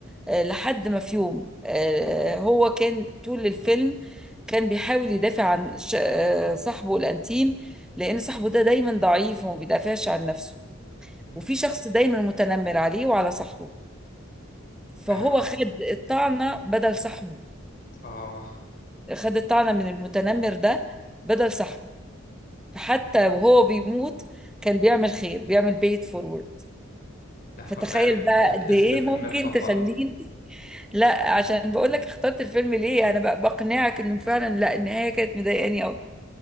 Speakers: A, in the centre; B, on the left (about 45°).
A: آه، لحد ما في يوم آه، هو كان طول الفيلم كان بيحاول يدافع عن ش- آه، صاحبه الأنتيم لأن صاحبه ده دايما ضعيف وما بيدافعش عن نفسه
B: مهم.
A: وفي شخص دايما متنمر عليه وعلى صاحبه فهو
B: فاهم اه
A: خد الطعنة بدل صاحبه
B: آه.
A: خد الطعنة من المتنمر ده بدل صاحبه فحتى وهو بيموت كان بيعمل خير بيعمل بيت فورورد
B: ده حرفيا
A: فتخيل بقى
B: ات-
A: قد
B: اسم
A: ايه
B: الفيلم
A: ممكن
B: اتطبق
A: تخليني لا عشان بقول لك اخترت الفيلم ليه انا بقى بقنعك انه فعلا لا النهاية كانت مضايقاني قوي